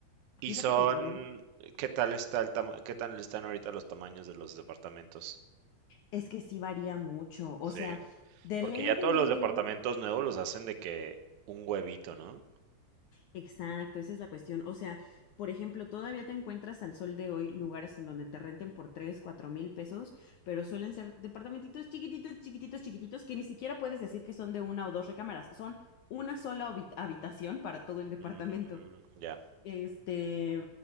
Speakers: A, on the right (about 85°); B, on the left (about 80°).
A: ¿Y
B: fíjate
A: son,
B: que el promedio
A: qué tal está el tama- qué tal están ahorita los tamaños de los departamentos?
B: es que sí varía mucho. O
A: Sí.
B: sea, de
A: Porque
B: ley,
A: ya todos
B: de ley,
A: los departamentos
B: de ley.
A: nuevos los hacen de que un huevito, ¿no?
B: Exacto, esa es la cuestión. O sea, por ejemplo, todavía te encuentras al sol de hoy lugares en donde te renten por tres, cuatro mil pesos, pero suelen ser departamentitos chiquititos, chiquititos, chiquititos, que ni siquiera puedes decir que son de una o dos recámaras, son una sola habi- habitación para todo el departamento.
A: Mm, ya.
B: Este,